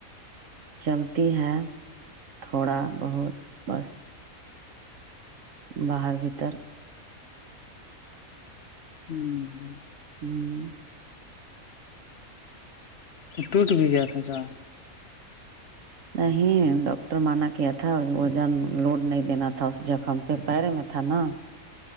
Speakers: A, on the right (about 65°); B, on the left (about 55°).
A: چلتی ہے تھوڑا بہت بس باہر بھیتر
B: ہوں
A: ہوں
B: تو ٹوٹ بھی گیا تھا کان
A: نہیں ڈاکٹر مانا کیا تھا وزن لوڈ نہیں دینا تھا اس جخم پہ پیرے میں تھا نا <inaudible>